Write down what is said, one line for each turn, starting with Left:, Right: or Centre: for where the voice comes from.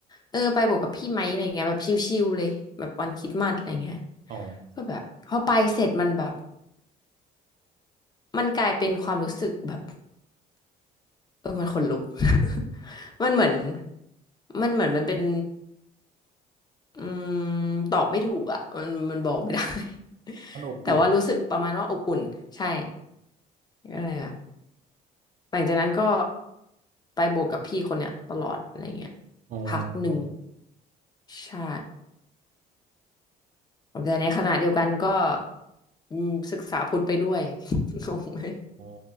Left: เออไปโบสถ์กับพี่ไหมอะไรเงี้ยแบบชิลๆเลยแบบวันคริสต์มาสอะไรเงี้ย
Right: อ๋อ
Left: ก็แบบพอไปเสร็จมันแบบมันกลายเป็นความรู้สึกแบบเออมันขนลุก <laughs> มันเหมือนมันเหมือนมันเป็น อืมตอบไม่ถูกอ่ะมันมันบอกไม่ได้ <laughs>
Right: มันอบอุ่น
Left: แต่ว่ารู้สึกประมาณว่าอบอุ่นใช่ก็เลยแบบหลังจากนั้นก็ไปบวกกับพี่คนเนี้ยตลอดอะไรเงี้ย
Right: อ๋อ
Left: พักหนึ่งใช่แต่ในขณะเดียวกันก็อืมศึกษาพุทธไปด้วย <laughs> งงไหม
Right: อ๋อ